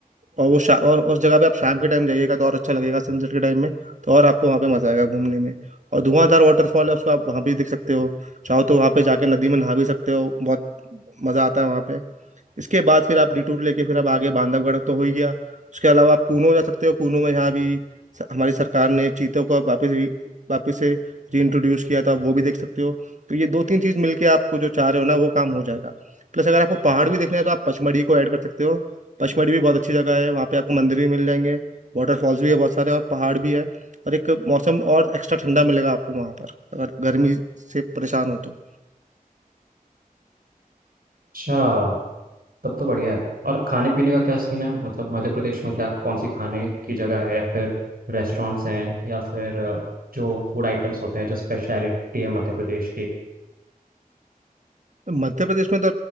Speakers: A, on the right; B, on the right.
A: और वो शा, और उस जगह पे आप शाम के टाइम जाइएगा तो और अच्छा लगेगा सनसेट के टाइम में तो और आपको वहाँ पे मजा आएगा घूमने में और धुआंधार वाटरफॉल है उसको आप वहाँ भी देख सकते हो चाहो तो वहाँ पे जाके नदी में नहा भी सकते हो बहुत मजा आता है वहाँ पे इसके बाद फिर आप डिटूर लेके फिर आप आगे बांधवगढ़ तो हो ही गया उसके अलावा आप कूनो जा सकते हो कूनो में यहाँ भी स- हमारी सरकार ने चीतों को अब वापस री- वापस से रीइंट्रोड्यूस किया था आप वो भी देख सकते हो तो ये दो तीन चीज़ मिलके आपको जो चाह रहे हो ना वो काम हो जाएगा प्लस अगर आपको पहाड़ भी देखना है तो आप पचमढ़ी को ऐड कर सकते हो पचमढ़ी भी बहुत अच्छी जगह है वहाँ पे आपको मंदिर भी मिल जाएंगे वाटरफॉल्स भी है बहुत सारे और पहाड़ भी है और एक मौसम और एक्स्ट्रा ठंडा मिलेगा आपको वहाँ पर अगर गर्मी से परेशान हो तो
B: अच्छा तब तो बढ़िया है और खाने पीने का क्या सीन है मतलब मध्य प्रदेश में क्या कौन सी खाने की जगह है या फिर रेस्टोरेंट्स हैं या फिर अ, जो फूड आइटम्स होते हैं जो स्पेशलिटी है मध्य प्रदेश की
A: मध्य प्रदेश में तो